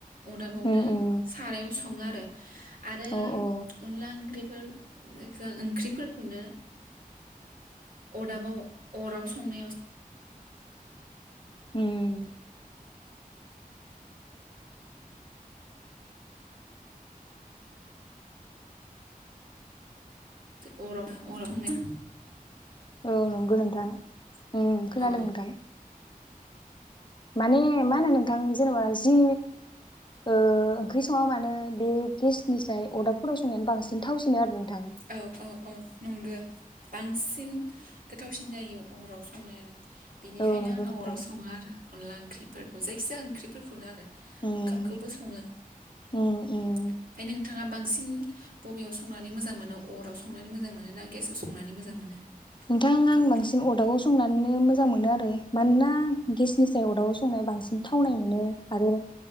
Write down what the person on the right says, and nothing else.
अदाबावनो
सारायाव सङो आरो। <inaudible> आरो
अनला बिफोर जों ओंख्रिफोरखौनो अरदाबाव अराव संनायाव
<unintelligible>
औ
औ औ औ नंगो। बांसिन गोथाव फिन जायो अराव संनायानो। बेनिखायनो
आङो
अराव सङा आरो अनला ओंख्रि फोरखौ जायखिजाया ओंख्रिफोरखौनो आरो
ओंखामखौबो सङो ओमफाय
नों नोंथाङा बांसिन बबेयाव संनानै मोजां मोनो? अराव संनानै मोजां मोनो ना गेसाव संनानै मोजां मोनो?
ओंखाम
ओंख्रिखौ